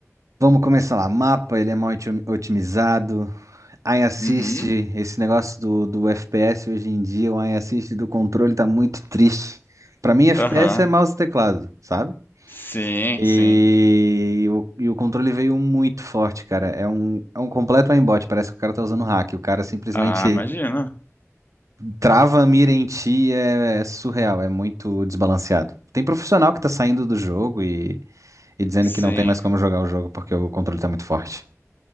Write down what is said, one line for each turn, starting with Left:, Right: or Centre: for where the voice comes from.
Right: vamos começar lá. Mapa, ele é mal otim- otimizado. Ai, assiste
Left: Uhum.
Right: esse negócio do, do FPS hoje em dia, o ai assiste do controle tá muito triste. Pra mim, FPS
Left: Aham.
Right: é mouse e teclado, sabe?
Left: Sim,
Right: E,
Left: sim.
Right: o, e o controle veio muito forte, cara. É um, é um completo aimbot, parece que o cara tá usando hack. O cara simplesmente
Left: Ah, imagino.
Right: trava a mira em ti, é, é surreal, é muito desbalanceado. Tem profissional que tá saindo do jogo e, e dizendo
Left: Sim.
Right: que não tem mais como jogar o jogo porque o controle tá muito forte.